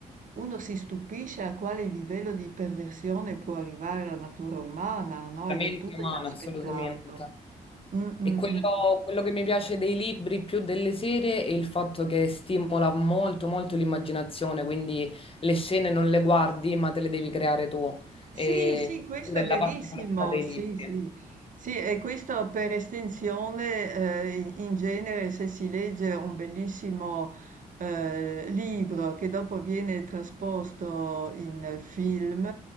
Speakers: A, on the right; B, on the left.
A: uno si stupisce a quale livello di perversione può arrivare la natura umana, no,
B: La
A: è
B: mente
A: del tutto
B: umana,
A: inaspettato.
B: assolutamente.
A: Mh, mh,
B: E quello,
A: mh.
B: quello che mi piace dei libri più delle serie è il fatto che stimola molto, molto l'immaginazione, quindi le scene non le guardi, ma te le devi creare tu. E
A: Sì, sì, questo
B: quella
A: è
B: è la
A: verissimo,
B: particolarità dei
A: sì,
B: libri.
A: sì, sì, e questo per estensione, eh, in in genere se si legge un bellissimo eh, libro che dopo viene trasposto in film,